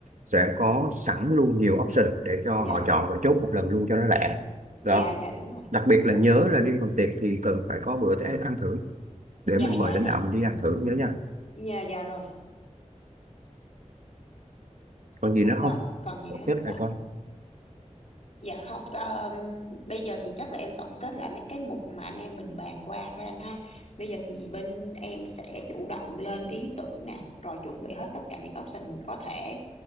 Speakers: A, on the right; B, on the left.
A: sẽ có sẵn luôn nhiều option để cho
B: dạ,
A: họ chọn và chốt một lần luôn cho nó lẹ
B: dạ
A: đó
B: dạ đúng rồi.
A: đặc biệt
B: Dạ,
A: là nhớ là riêng phần tiệc thì cần phải có bữa té- ăn thử để
B: dạ
A: mình mời
B: dạ
A: lãnh
B: rồi.
A: đạo mình đi ăn thử nhớ nha
B: Dạ dạ rồi.
A: còn gì nữa
B: Rồi,
A: không
B: còn gì
A: tốt
B: nữa không
A: nhất
B: ta?
A: là con
B: Dạ không, ờ, bây giờ thì chắc là em tổng kết lại mấy cái mục mà anh em mình bàn qua thôi anh ha. Bây giờ thì bên em sẽ chủ động lên ý tưởng nè, rồi chuẩn bị hết tất cả những option mình có thể.